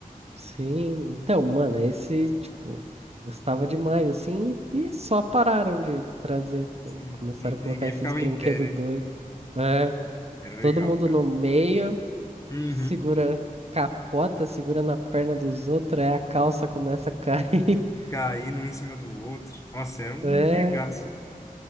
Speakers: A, on the right; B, on the left.
A: Sim, então, mano, esse, tipo, gostava demais, assim, e só pararam de trazer,
B: <laughs>
A: tá
B: Sim,
A: ligado? Começaram
B: nin-
A: a
B: ninguém
A: colocar esses
B: ficava
A: brinquedos
B: em pé, né?
A: doidos. É,
B: Era legal,
A: todo mundo
B: cara.
A: no meio,
B: Uhum.
A: segurando capota, segurando a perna dos outros, aí a calça começa a cair. <laughs>
B: Caindo um em cima do outro. Nossa, era um
A: É.
B: regaço.